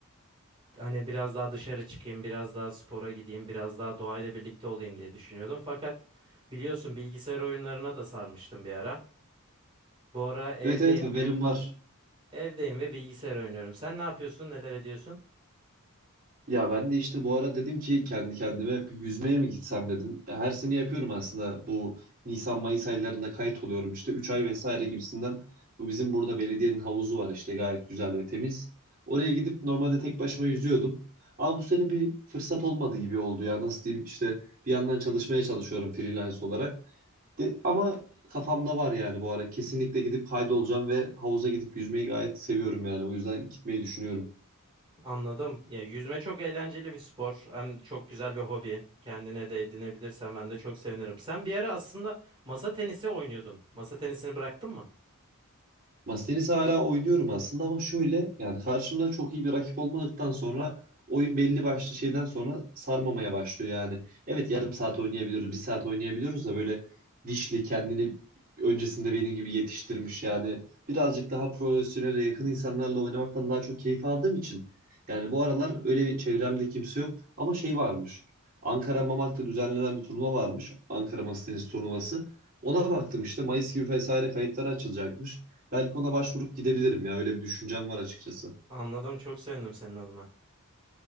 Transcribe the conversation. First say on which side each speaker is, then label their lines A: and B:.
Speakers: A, on the right; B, on the right.
A: Hani biraz daha dışarı çıkayım, biraz daha spora gideyim, biraz daha doğayla birlikte olayım diye düşünüyordum. Fakat biliyorsun bilgisayar oyunlarına da sarmıştım bir ara. Bu ara evdeyim
B: Evet evet haberim
A: ve
B: var.
A: evdeyim ve bilgisayar oynuyorum. Sen ne yapıyorsun? Neler ediyorsun?
B: Ya ben de işte bu ara dedim ki kendi kendime bir yüzmeye mi gitsem dedim. Her sene yapıyorum aslında bu Nisan Mayıs aylarında kayıt oluyorum işte 3 ay vesaire gibisinden. Bu bizim burada belediyenin havuzu var işte gayet güzel ve temiz. Oraya gidip normalde tek başıma yüzüyordum. Ama bu sene bir fırsat olmadı gibi oldu ya nasıl diyeyim işte bir yandan çalışmaya çalışıyorum freelance olarak. De, ama kafamda var yani bu ara kesinlikle gidip kaydolacağım ve havuza gidip yüzmeyi gayet seviyorum yani bu yüzden gitmeyi düşünüyorum.
A: Anladım. Ya yüzme çok eğlenceli bir spor. Hem çok güzel bir hobi. Kendine de edinebilirsen ben de çok sevinirim. Sen bir ara aslında masa tenisi oynuyordun. Masa tenisini bıraktın mı?
B: Masa tenisi hala oynuyorum aslında ama şöyle yani karşımda çok iyi bir rakip olmadıktan sonra oyun belli başlı şeyden sonra sarmamaya başlıyor yani. Evet yarım saat oynayabiliyoruz, bir saat oynayabiliyoruz da böyle dişli kendini öncesinde benim gibi yetiştirmiş yani birazcık daha profesyonele yakın insanlarla oynamaktan daha çok keyif aldığım için yani bu aralar öyle bir çevremde kimse yok ama şey varmış. Ankara Mamak'ta düzenlenen bir turnuva varmış. Ankara Masa Tenisi turnuvası. Ona baktım işte Mayıs gibi vesaire kayıtları açılacakmış. Belki ona başvurup gidebilirim ya. Öyle bir düşüncem var açıkçası.
A: Anladım. Çok sevindim senin adına.